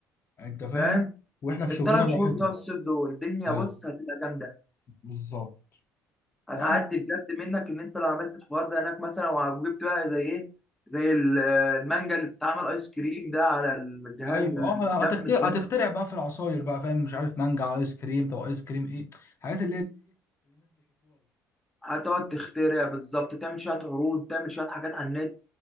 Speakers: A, on the left (about 40°); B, in the centre.
A: انت فاهم
B: فاهم
A: واحنا في
B: الثلاث
A: شغلنا براحتنا
B: شهور بتوع الصيف دول الدنيا
A: ايوه
B: بص هتبقى جامده
A: بالظبط
B: هتعدي
A: يا عم،
B: بجد منك ان انت لو عملت الحوار ده هناك مثلا وجبت بقى زي ايه زي ال- المانجا اللي بتتعمل ايس كريم ده على الجهاز
A: ايوه
B: الجامد
A: اه هتخترع
B: ده
A: هتخترع بقى في العصاير بقى فاهم مش عارف مانجا على ايس كريم طب ايس كريم ايه الحاجات
B: هتقعد تخترع بالظبط تعمل شويه عروض تعمل شويه حاجات على النت